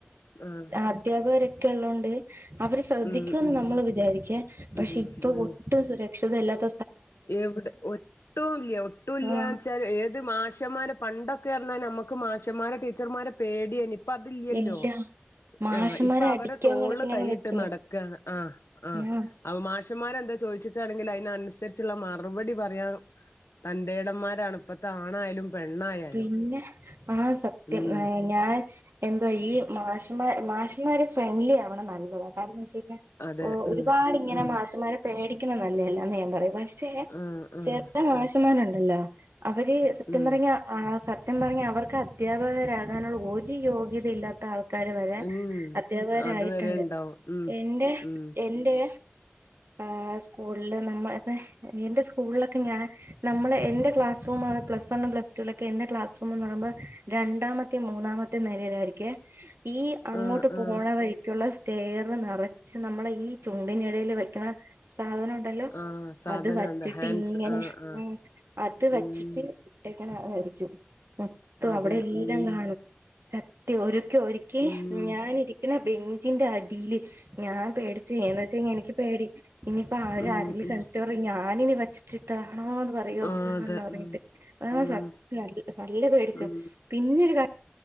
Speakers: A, on the left; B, on the right.
A: ആഹ്
B: അധ്യാപകരൊക്കെ എനിക്ക് എല്ലാം ഉണ്ട് അവര് ശ്രദ്ധിക്കൂന്ന്
A: ഉം ഉം
B: നമ്മള് വിചാരിക്കും പക്ഷെ
A: ഉം
B: ഇപ്പൊ
A: ഉം
B: ഒട്ടും സുരക്ഷതല്ലാത്ത
A: എവിടെ ഒട്ടൂല്ല്യാ ഒട്ടൂല്ല്യാവെച്ചാ
B: ആഹ്
A: ഏത് മാഷമാരാ പണ്ടൊക്കെ നമ്മക്ക് മാഷ്യന്മാരെ ടീച്ചർമാരെ പേടി ഇ അതില്ലല്ലോ
B: ഇല്ല മാഷന്മാര്
A: ആ ഇപ്പ അവരെ
B: അടിക്കാൻ
A: തോള്
B: കണക്കിനാണ്
A: കൈയിട്ട്
B: നിക്കുന്നത്
A: നടക്ക ആഹ് ആഹ്
B: ആ
A: അവ മാഷന്മാരെ എന്താ ചോദിച്ചിട്ട ആ എങ്കിൽ അതിനു അനുസരിച്ചു അനുസരിച്ച്ള്ള മറുപടി പറയാൻ തന്റെടന്മാരാണ് ഇപ്പത്തെ ആണായാലും പെണ്ണായാലും
B: പിന്നെ ആഹ് സത്യം
A: ഉം
B: ഏ ഞാൻ എന്തുവാ ഈ മാഷന്മാര് ഫ്രണ്ട്ലി ആവണം നല്ലതാ കാരണം ന്നാ വെച്ചൽ
A: അതെ
B: ഓ ഒരുപാടിങ്ങനെ
A: ഉം ഉം
B: മാഷുംമ്മാരെ പേടി നല്ലതല്ലാന്ന് ഞാപറയും പഷ്
A: ആഹ് ആഹ്
B: ചെല മാഷമ്മാര്ണ്ടല്ലോ
A: ആഹ്
B: അവര് സത്യം
A: ഉം
B: പറഞ്ഞാ ആഹ് സത്യം പറഞ്ഞാ അവർക്ക് അധ്യാപകരാകാന്ള്ള ഒരു യോഗ്യതയില്ലാ ത്ത ആൾക്കാര് വരെ
A: ഉം
B: അധ്യാപകരായിട്ട്ണ്ട്.
A: അതുവരെ ഉണ്ടാവും ഉം
B: എന്റെ
A: ഉം
B: എന്റെ ആഹ് സ്കൂളില് നമ്മ എന്റെ സ്കൂളിലൊക്കെ ഞാൻ നമ്മള് എന്റെ ക്ലാസ് റൂംപ്ലസ് വണ്ണും പ്ലസ് റ്റൂ ലൊക്കെ എന്റെ ക്ലാസ് റൂമ്ന്ന് പറയുമ്പോ, രണ്ടാമത്തെ മൂന്നാമത്തെ നിലയിലായിരിക്കു മേ ഈ അങ്ങോട്ട്
A: ആഹ്
B: പോണ
A: ആഹ്
B: വഴിക്കുള്ള സ് തേർ നിറച്ച് നമ്മള ഈ ചുണ്ടിനഴയില് വെക്കണ സാധനം ഉണ്ടല്ലോ
A: ആഹ് സാധനണ്ട്
B: അത് വച്ചിട്ട്
A: ഹാൻഡ്സ്
B: ഇങ്ങനെ
A: ആഹ് ആഹ്
B: അത് വച്ചിട്ട്
A: ഉം
B: ഇ <unintelligible> ആയിരിക്കും മൊത്തം
A: അതെ
B: അവിടെ എല്ലാം
A: ഉം
B: കാണും. സത്യം, ഒരു ഒരിക്കി
A: ഉം
B: ഞാനിരിക്കുന്ന ബെഞ്ചിന്റെ അടിയില് ഞാൻ പേടിച്ചു എന്നു വച്ചാ എനിക്ക് പേടി. ഇനിയിപ്പ ആര്
A: ഉം
B: ആരേലും
A: ഉം
B: കണ്ടിട്ടു പറയും ഞ ഞാനിനി വെച്ചിട്ടിട്ട ആന്ന് പറയോ
A: ആഹ്
B: ബാ
A: അതെ
B: പറഞ്ഞിട്ട്
A: ഉം
B: ആ
A: ഉം
B: സത്യ ന നല്ല പേടിച്ചു,
A: ഉം
B: പിന്നെ <unintelligible>